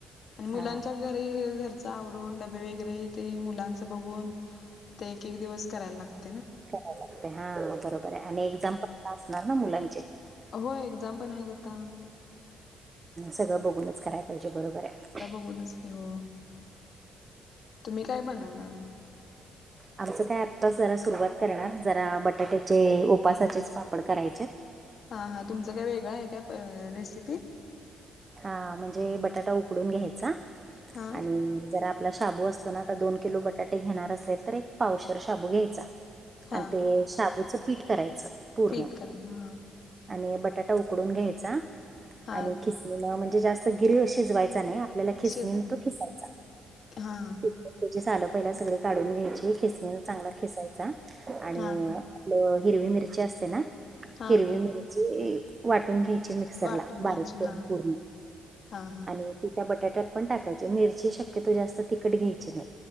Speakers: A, on the left; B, on the right.
A: आणि मुलांच्या
B: हा.
A: घरी आवरून डबे वगैरे ते मुलांचं बघून. ते एक -एक दिवस करायला लागत.
B: करायला लागते हा बरोबर आहे आणि एक्झाम परत असणार ना मुलांची.
A: होय. एक्झाम पण आहेत आता.
B: सगळं बघूनच कराय पाहिजे बरोबर आहे.
A: कोणीच की हो. तुम्ही काय बनणार आहे मग?
B: आमचं काय आत्ताच जरा सुरुवात करणार जरा बटाट्याचे उपासाचेच पापड करायचे.
A: हा- हा तुमचं काय वेगळं आहे काय रेसिपी?
B: हा. म्हणजे बटाटा उकडून घ्यायचा
A: हा
B: आणि जरा आपला शाबू असतो ना. आता दोन किलो बटाटे घेणार असेल तर एक पावशेर शाबू घ्यायचा.
A: हा
B: आणि ते
A: हा
B: शाबूचं पीठ करायचं. पूर्ण
A: पीठ करायच हा.
B: आणि बटाटा उकडून घ्यायचा
A: हा
B: आणि किसनी जास्त गिरी शिजवायचा नाही आपल्याला तो किसणी
A: शिजत
B: न खिसायचा.
A: हा हा
B: त्याची सालं पहिला सगळी काढून घ्यायची. खिसणी चांगला खिसायचा आणि
A: हा हा
B: आ आपली हिरवी मिरची असते ना
A: हा
B: हिरवी
A: हा
B: मिरची वाटून घ्यायची मग मिक्सरला
A: वाटून
B: बारीक
A: घ्यायची
B: करून.
A: हा
B: पूर्ण
A: हा- हा.
B: त्या बटाट्यात पण टाकायची मिरची शक्यतो जास्त तिकड घ्यायची नाही